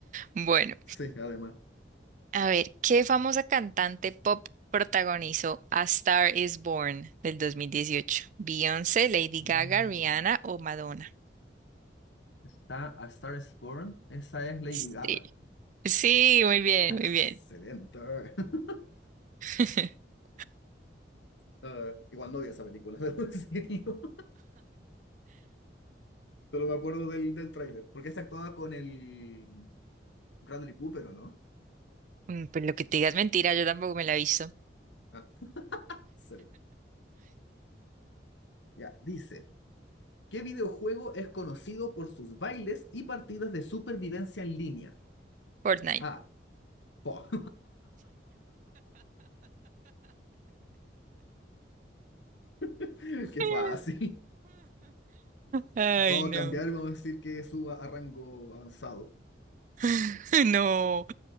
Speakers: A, on the right; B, on the left.
A: Bueno,
B: Sí, además.
A: a ver, ¿qué famosa cantante pop protagonizó A Star is Born del 2018? ¿Beyoncé, Lady
B: Mm.
A: Gaga, Rihanna o Madonna?
B: Está A Star is Born. Esa es Lady
A: Sí,
B: Gaga.
A: sí, muy bien,
B: Excelente.
A: muy bien.
B: <laughs>
A: <laughs>
B: Ah, igual no vi esa película, <laughs> debo decirlo. Solo me acuerdo del, del tráiler. Porque se actuaba con el Bradley Cooper, ¿o no?
A: Mm, Pues lo que te digas mentira, yo tampoco me la he visto.
B: Ah, excelente. Ya, dice, ¿qué videojuego es conocido por sus bailes y partidas de supervivencia en línea?
A: Fortnite.
B: Ah, po. <laughs> Qué
A: <laughs>
B: fácil.
A: Ay,
B: Vamos
A: no.
B: a cambiar, y vamos a decir que suba a rango avanzado.
A: <laughs> No.